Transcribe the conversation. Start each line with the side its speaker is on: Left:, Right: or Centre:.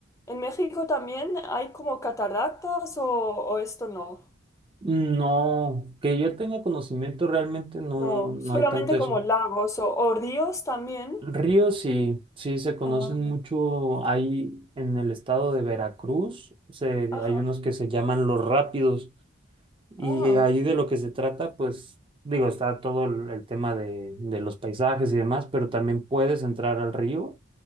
Left: en México también hay como cataratas o, o esto no.
Right: No, que yo tenga conocimiento realmente no,
Left: No,
Right: no
Left: solamente
Right: hay tanto eso.
Left: como lagos o, o ríos también.
Right: Ríos sí, sí se conocen
Left: Ah,
Right: mucho ahí en el estado de Veracruz. Se,
Left: ajá.
Right: hay unos que se llaman los rápidos y
Left: Ah,
Right: ahí de lo que se trata, pues digo, está todo el, el tema de, de los paisajes y demás, pero también puedes entrar al río